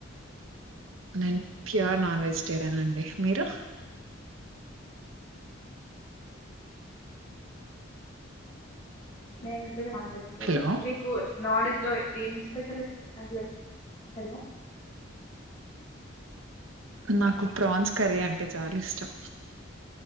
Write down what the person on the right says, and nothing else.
నేన్ ప్యూర్ నాన్ వెజిటేరియన్ అండి మీరు
హలో
నాకు ప్రాన్స్ కర్రీ అంటే చాలా ఇష్టం